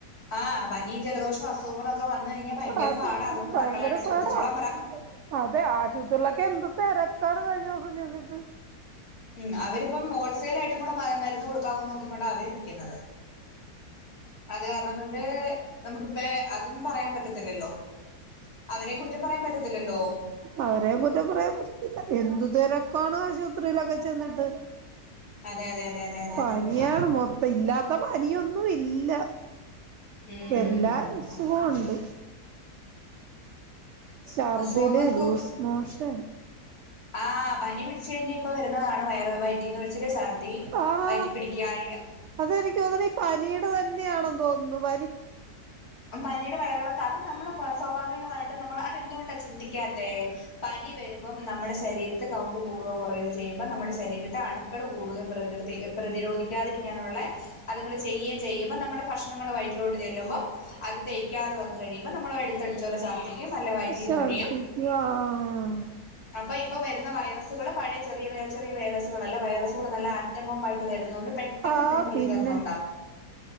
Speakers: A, on the left (about 65°); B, on the right (about 70°).
A: ആഹ് പനിയും ജലദോഷവും അസുഖങ്ങ ളൊക്കെ വന്ന് കഴിഞ്ഞാ ഭയങ്കര
B: അത്
A: പാട അതുകൊണ്ട്
B: ഭയങ്കര
A: മക്കളായിട്ട് ശ്രദ്ധിച്ചോളാൻ
B: പാടാ
A: പറ
B: അതെ ആശുപത്രിയിലെക്കെ എന്ത് തെരക്കാണ് കഴിഞ്ഞ ദിവസം ചെന്നിട്ട്
A: ഉം അവരിപ്പം ഹോൾസെയിൽ ആയിട്ടും കൂടെ മരുന്ന് കൊടുക്കാവോന്ന് നോക്കി കൊണ്ട അവരിരിക്കുന്നത് അത് കാരണം കൊണ്ട് നമുക്കിപ്പെ അതും പറയാൻ പറ്റത്തില്ലല്ലോ അവരെയും കുറ്റം പറയാൻ പറ്റത്തില്ലല്ലോ?
B: അവരേം കുറ്റം പറയാൻ പറ്റത്തില്ല എന്തു തെരക്കാണ് ആശുപത്രിയിലൊക്കെ ചെന്നിട്ട്
A: അതെ അതെ അതെ അതെ അതെ
B: പനിയാണ്
A: അതെ
B: മൊ ത്തം ഇല്ലാത്ത പനിയൊന്നു ഇല്ല
A: ഉം
B: എല്ലാ അസുഖവും ഉണ്ട് ശർദില്
A: അസുഖങ്ങൾക്ക്
B: ലൂസ് മോഷൻ
A: ആഹ് പനി പിടിച്ച് കഴിഞ്ഞാ ഇപ്പൊ വരുന്നതാണ് വയറ് വയ റ്റിന്നൊഴിച്ചില്, ഛർദി,
B: ആഹ്
A: വയറ്റി പിടിക്കാഴിക
B: അതെനിക്ക് തോന്നുണു ഈ പനീടെ തന്നെയാണെന്ന് തോന്നുന്നു പനി
A: ആഹ് പനിയിടെ വയറെളക്ക അത് നമ്മള് സ്വാഭാവികമായിട്ട് നമ്മൾ അതെന്തു കൊണ്ടാ ചിന്തിക്കാത്തെ? പനി വരുമ്പം നമ്മുടെ ശരീരത്ത് കൗണ്ട് കൂടോ കുറയോ ചെയ്യുമ്പോൾ നമ്മുടെ ശരീരത്ത് അണു ണുക്കള് കൂടുകയും പ്രകൃതി പ്രതിരോധി ക്കാതിരിക്കാനുള്ളെ അതിങ്ങള് ചെയ്യേം ചെയ്യുമ്പോ നമ്മുടെ ഭക്ഷണങ്ങള് വയറ്റിലോട്ട് ചെല്ലുമ്പം അത് ദഹിക്കാതെ വന്ന് കഴിയുമ്പോ നമ്മൾ എടുത്തടിച്ചോലെ ഛർദ്ദിക്കും അല്ലേ വയറ്റീന്നൊഴിയും
B: ഛർദിക്കുക ആഹ്
A: അപ്പൊ ഇപ്പ വരുന്ന വൈറസുകള് പഴയ ചെറിയ വ ചെറിയ വൈറസുകളല്ല വൈറസുകൾ നല്ല ആറ്റം ബോംബായിട്ട് വരുന്ന കൊണ്ട് പെ പെട്ടെന്ന്
B: ആഹ്
A: ഇതിന് പ്രതികരണം
B: പിന്നെ
A: ഉണ്ടാവും